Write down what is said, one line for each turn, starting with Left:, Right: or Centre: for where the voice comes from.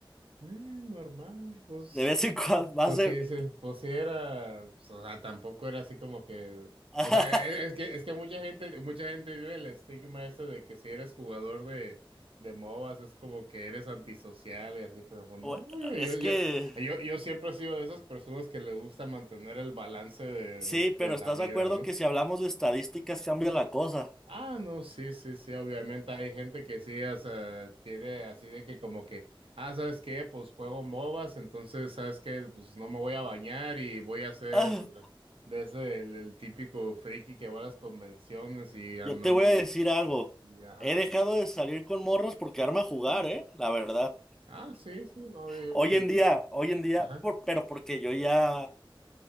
Right: eh, normal, pues.
Centre: De vez en <laughs> cuando, más
Right: Pues
Centre: de...
Right: sí, sí, pues sí era, pues, o sea, tampoco era así como que,
Centre: <laughs>
Right: o sea, e- es que, es que mucha gente, mucha gente vive el estigma ese de que si eres jugador de, de MOBAs es como que eres antisocial y así, pero pues no,
Centre: Güey,
Right: yo, yo,
Centre: Es
Right: yo,
Centre: que...
Right: yo, yo siempre he sido de esas personas que le gusta mantener el balance de,
Centre: Sí,
Right: de,
Centre: pero
Right: de la
Centre: ¿estás
Right: vida,
Centre: de acuerdo
Right: ¿no?
Centre: que si hablamos de estadísticas cambia la cosa?
Right: Ah, no, sí, sí, sí, obviamente hay gente que sí, o sea, tiene así de que como que, ah, ¿sabes qué? Pues juego MOBAs, entonces, ¿sabes qué? Pues no me voy a bañar y voy a ser
Centre: <laughs>
Right: de ese, el, el típico friki que va a las convenciones y andando
Centre: Yo te voy a decir
Right: y,
Centre: algo.
Right: y ajá.
Centre: He dejado de salir con morros porque arma a jugar, ¿eh? La verdad.
Right: Ah, sí, sí, no, yo,
Centre: Hoy
Right: yo creo
Centre: en
Right: que-
Centre: día, hoy en día,
Right: ajá,
Centre: por- pero porque yo ya,